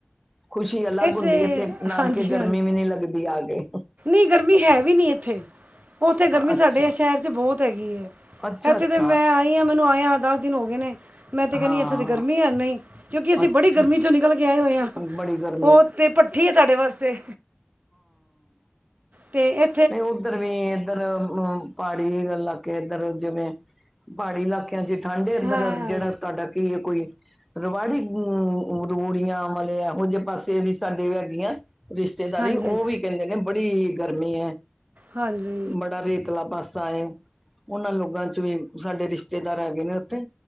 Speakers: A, in the centre; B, on the right.
A: ਖੁਸ਼ੀ ਅਲੱਗ
B: ਇੱਥੇ
A: ਹੁੰਦੀ ਏ ਤੇ ਨਾਨਕੇ
B: ਹਾਂਜੀ
A: ਗਰਮੀ ਵੀ ਨੀ ਲੱਗਦੀ ਆਕੇ।
B: ਏਨੀ ਗਰਮੀ ਹੈ ਵੀ ਨੀ ਏਥੇ। ਓਥੇ ਗਰਮੀ
A: ਅੱਛਾ
B: ਸਾਡੇ ਸ਼ਹਿਰ ਚ ਬੋਹੁਤ ਹੈਗੀ ਏ
A: ਅੱਛਾ
B: ਐਥੇ
A: ਅੱਛਾ
B: ਤੇ ਮੈਂ ਆਈ ਆ ਮੈਨੂੰ ਆਯਾ ਦੱਸ ਦਿਨ ਹੋ ਗਏ ਨੇ ਮੈਂ ਤੇ ਕੈਣੀ
A: ਹਾਂ
B: ਆ ਇੱਥੇ ਤੇ ਗਰਮੀ ਹੈਨੀ ਕਿਉਂਕਿ ਅਸੀਂ
A: ਅੱਛਾ
B: ਬੜੀ ਗਰਮੀ ਚੋਂ ਨਿਕਲ ਕੇ ਆਏ ਹੋਏ ਆਮ।
A: ਬੜੀ ਗਰ
B: ਓ ਤੇ ਪੱਠੀ ਏ ਸਾਡੇ ਵਾਸਤੇ, ਤੇ ਏ
A: ਨਈ ਓਧਰ ਵੀ ਏਧਰ ਅ ਪਾੜੀ ਲਾਗੇ ਦੇ ਏਧਰ ਜਿਵੇਂ ਪਾੜੀ ਇਲਾਕੇ ਜੇ ਠੰਡ ਏ ਅੰਦਰ
B: ਹਾਂ
A: ਜੇੜਾ ਤੁਆਡਾ ਕੀ ਏ ਕੋਈ ਰਵਾੜੀ ਰੂੜ ਯਾ ਐ ਵਾਲੇ ਐਹੋ ਜੇ ਪਾਸੇ ਵੀ ਸਾਡੇ ਹੈਗੀਐ- ਰਿਸ਼ਤੇਦਾਰੀ
B: ਹਾਂਜੀ
A: ਓ ਵੀ ਕੈਂਦੇ ਨੇ ਬੜੀ ਗਰਮੀ ਐ।
B: ਹਾਂਜੀ
A: ਬੜਾ ਰੇਤਲਾ ਪਾਸਾ ਏ। ਓਨਾਂ ਲੋਗਾ ਚ ਵੀ ਸਾਡੇ ਰਿਸ਼ਤੇਦਾਰ ਹੈਗੇ ਨੇ ਓਥੇ